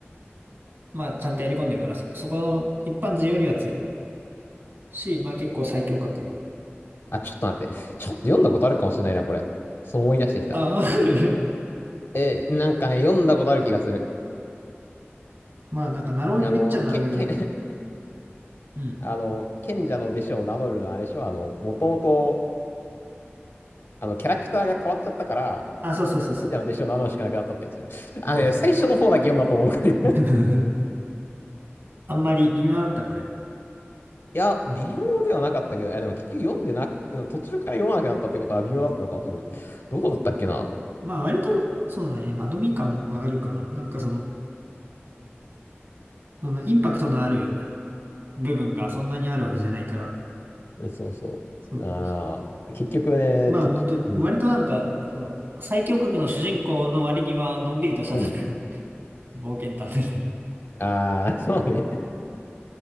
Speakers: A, on the right (about 70°); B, on the left (about 65°).
A: まあちゃんとやり込んでるから、そ、そこの一般人よりは強い。し、まあ結構最強格。
B: あ、ちょっと待って。ちょっと読んだことあるかもしれないな、これ。そう思い出してきた。
A: あ、ある
B: え、なんかね、読んだことある気がする。
A: <laughs> まあなんかナロー寄りっちゃナロー寄りなんだけど。
B: あの、け、け、<laughs>
A: うん。
B: あの、賢者の弟子を名乗るのはあれでしょあの、もともと、あの、キャラクターが変わっちゃったから、
A: あ、そうそうそうそう。
B: 賢者の弟子を名乗るしかなくなったってやつ。<laughs> あのね、
A: そうそう。
B: 最初の方だけ読んだと思う。<laughs> い
A: <laughs> あんまり微妙だった、これ。
B: や、微妙ではなかったけど、いや、でも結局読んでなく、うん途中から読まなくなったってことは微妙だったのかもしれない。どこだったっけな
A: まあ割と、そうだね。間延び感はあるかな。なんかその、そのインパクトのある部分がそんなにあるわけじゃないから。
B: うんそうそう。
A: そう
B: ああ、結局ね、
A: まあ本当割となんか、
B: とつ、うん、
A: そう、最強格の主人公の割には、のんびりとした
B: うん。
A: <laughs> 冒険探偵で、
B: ああ、<laughs> そうね。